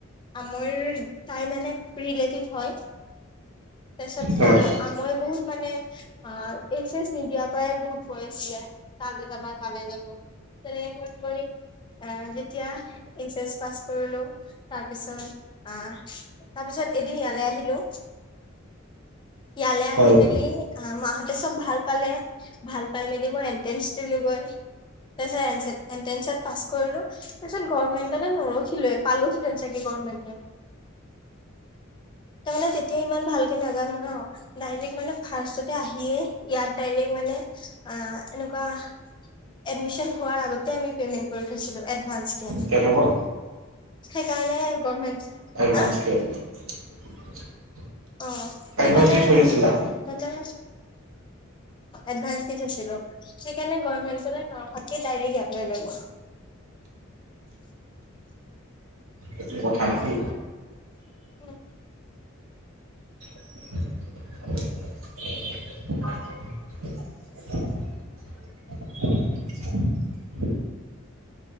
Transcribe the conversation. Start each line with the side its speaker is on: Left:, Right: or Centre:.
Left: আমইৰ তাই মানে ৰিলেটিভ হয়। তাৰপিছত
Right: হয়
Left: তা আমৈ বহুত মানে আহ এইচ নিদিয়াৰ পৰাই বহুত কৈ আছিলে। তালৈ যাবা তালৈ যাবা, তেনেকে এ যেতিয়া এইচ এছ পাছ কৰিলো। তাৰ পিছত, আহ তাৰপিছত এদিন ইয়ালৈ আহিলো। ইয়ালে
Right: হয়
Left: আহি মেলি মাহঁতে চব ভাল পালে। ভাল পাই মেলি মই এন্ট্ৰেন্ঞ্চ দিলোগৈ। তাৰপিছত এ এনটেন্তচত পাছ কৰিলো। তাৰিছত গভমেণ্ট এ নৰোখিলোৱে পালোহেটেন । চাগে গভমেন্টত তাৰমানে তেতিয়া ইমান ভালকে নাজানো ন। মানে ফাৰ্ষ্টততে আহিয়ে ইায়াত দাৰেক্ট মানে অ এনেকুৱা এডমিচন হোৱাৰ আগতে আমি পেমেণ্ট কৰি থৈছিলো । এডভান্সকে।
Right: কেনেকুৱা?
Left: সেইকাৰণে গভমেন্ট,
Right: এডভান্স
Left: হা?
Right: কেয়াৰ <inaudible>
Left: অ, সেইকাৰণে
Right: এডভান্স দি থৈ
Left: অ
Right: দিছিলা
Left: । এডভান্স দি থৈছিলো । সেইকাৰণে গৰ্ভমেন্ট <unintelligible> ডাইৰেক্ট ইয়াত লৈ লয় মই
Right: এইটো কথা নেকি?
Left: উম।
Right: <inaudible>